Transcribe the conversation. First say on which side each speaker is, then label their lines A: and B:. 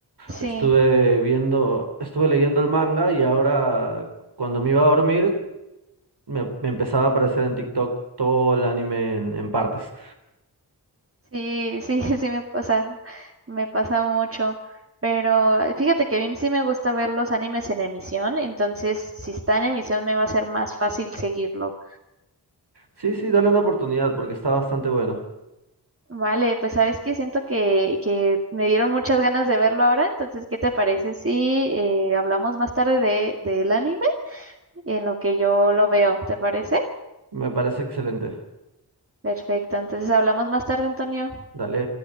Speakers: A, on the right (about 35°); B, on the right (about 70°).
A: Sí,
B: estuve viendo, estuve leyendo el manga y ahora cuando me iba a dormir me, me empezaba a aparecer en TikTok todo el anime en, en partes.
A: sí, sí, <laughs> sí me pasa, me pasa mucho. Pero eh, fíjate que a mí sí me gusta ver los animes en emisión, entonces si está en emisión me va a ser más fácil seguirlo.
B: Sí, sí, dale una oportunidad porque está bastante bueno.
A: Vale, pues sabes que siento que, que me dieron muchas ganas de verlo ahora, entonces, ¿qué te parece si eh, hablamos más tarde de, del anime en lo que yo lo veo? ¿Te parece?
B: Me parece excelente.
A: Perfecto, entonces hablamos más tarde, Antonio.
B: Dale.